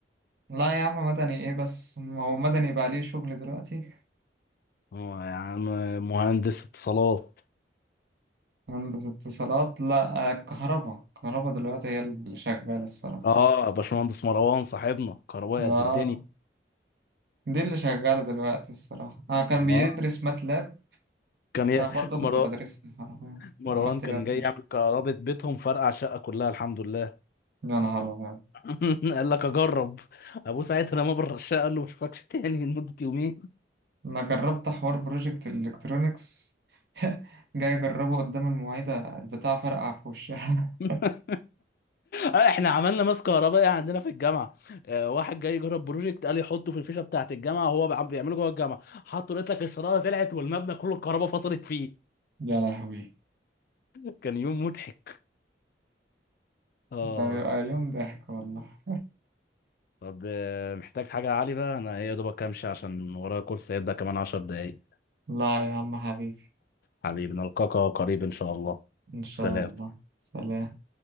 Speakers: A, on the right; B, on the left.
A: لا يا عم مدني ايه بس ما هو مدني بقى ليه شغل دلوقتي
B: هو يا عم مهندس اتصالات
A: هندسة اتصالات لا آه، كهربا كهربا دلوقتي هي اللي شغالة الصراحة
B: اه باشمهندس مروان صاحبنا كهربائي
A: اه
B: قد الدنيا
A: دي اللي شغالة دلوقتي الصراحة أنا كان بيدرس
B: اه
A: ماتلاب
B: كان ي...
A: أنا برضه
B: مروان
A: كنت بدرسها حرفيا
B: مروان
A: عملت
B: كان
A: لها بروجكت
B: جاي يعمل كهرباء بيتهم فرقع شقه كلها الحمد لله
A: يا نهار أبيض
B: <laughs> قال لك اجرب ابوه ساعتها لما بره الشقه قال له ما اشوفكش تاني لمده يومين
A: أنا جربت حوار بروجكت الإلكترونيكس <laughs> جاي أجربه قدام المعيدة البتاع فرقع في وشها
B: <laughs> آه، احنا عملنا ماس كهربائي عندنا في الجامعه آه، واحد جاي يجرب بروجكت قال يحطه في الفيشه بتاعه الجامعه وهو بع- بيعمله جوه الجامعه حطه لقيت لك الشراره طلعت والمبنى كله الكهرباء فصلت فيه
A: <laughs> يا لهوي
B: <laughs> كان يوم مضحك اه
A: ده بيبقى يوم ضحك والله
B: طب آه، محتاج حاجه يا علي بقى انا يا دوبك امشي عشان ورايا كورس هيبدا كمان 10 دقايق
A: لا يا عم حبيبي
B: حبيبي نلقاك قريب ان شاء الله
A: إن شاء
B: سلام
A: الله سلام